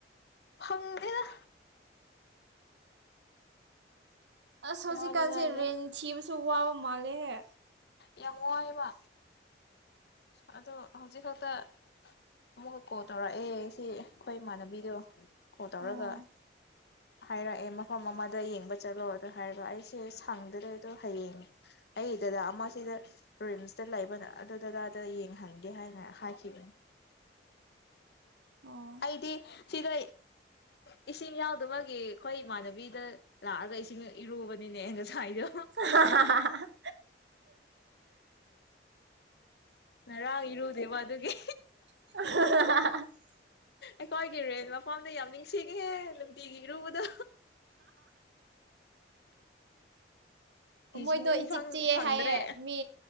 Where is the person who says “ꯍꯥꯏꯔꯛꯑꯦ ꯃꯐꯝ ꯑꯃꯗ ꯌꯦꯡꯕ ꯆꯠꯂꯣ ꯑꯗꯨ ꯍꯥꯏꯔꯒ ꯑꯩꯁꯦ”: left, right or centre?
Left